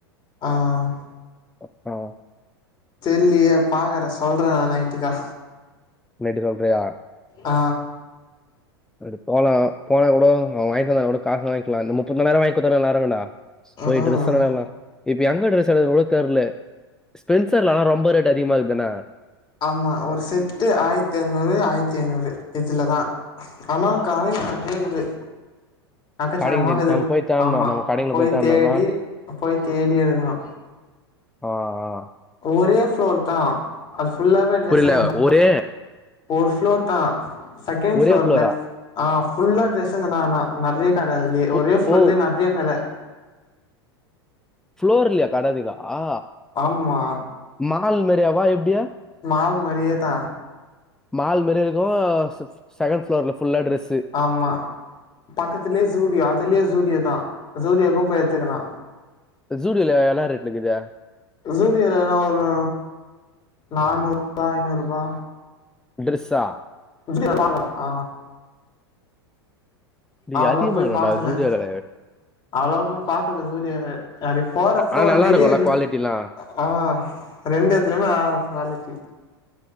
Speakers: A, on the left (about 35°); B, in the centre.
A: ஆ அ
B: <unintelligible>
A: தெர்லியே பாக்குறே சொல்ற நா நைட்டுக்கா
B: நைட்டு சொல்றியா
A: ஆ
B: அது போலா போன கூட வாங்கிந்தா கூட காசு வாங்கிக்கலா இந்த முத்துன நேரோ வாங்க குடுத்தா நல்லாருக்குண்டா
A: ம்
B: போய்
A: ம்
B: டிரெஸ்ஸெலா எல்லா இப்ப எங்க ட்ரெஸ் எடுக்கன்னு கூட தெர்ல ஸ்பென்சர்லலா ரொம்ப ரேட் அதிகமா இருக்தான
A: ஆமா ஒரு செட்டு ஆயிரத்தி எரநூறு ஆயிரத்தி ஐநூறு இதுல தா ஆனா காலேக நெறைய இருக்து அக்கச்சகமா
B: கடைக்கு நெறி
A: இக்து
B: நம்ம போய் தேடனோம்
A: ஆமா
B: நம்ம கடைங்கள
A: போய்
B: தேடனோம்னா
A: தேடி போய் தேடி எடுக்கனு
B: ஆ ஆ
A: ஒரே ஃப்ளோர் தா அது ஃபுல்லாவே ட்ரெஸ்ஸுங்கதா
B: புரியல ஒரே
A: ஃபோர் ஃப்ளோர்தா செகண்ட்
B: ஒரே
A: ஃப்ளோர்
B: ஃப்ளோரா
A: லெஃப் ஆ ஃபுல்லா ட்ரெஸ்ஸுங்கதா ஆனா நெறைய கட இருக்கு
B: ஓ
A: ஒரே ஃபுளோர்லே
B: ஓ
A: நெறைய கட
B: ஃப்ளோர்ல கட இருக்தா
A: ஆமா
B: மஹால் மாரியவா எப்டி
A: மால் மாரியே தா
B: மால் மாரி இருக்கு செ செகண்ட் ஃப்ளோர்ல ஃபுல்லா டிரெஸ்ஸு
A: ஆமா பக்கத்துலே ஜூடி அதுலே ஜூடி அதா ஜூடி வேணா போய் எடுத்துக்கலா
B: ஜூடில்ல என்ன ரேட்டுக்குதெ
A: ஜூடில எனா ஒரு நானூறுபா ஐநூறுபா
B: ட்ரஸ்ஸா
A: <inaudible> ஆ
B: டேய்
A: அவ்ளோவா
B: அதிகமாகும்டா
A: போய் பாக்கல
B: ஜூடியோல
A: அவ்ளவா போய் பாக்கல ஜூடியால அப்டியே போறப்போ
B: ஆனா நல்லா
A: வெளியேல்ல
B: இருக்கும்ல குவாலிட்டிலா
A: ஆ ரெண்டு எத்துலயுமே ஆ குவாலிட்டி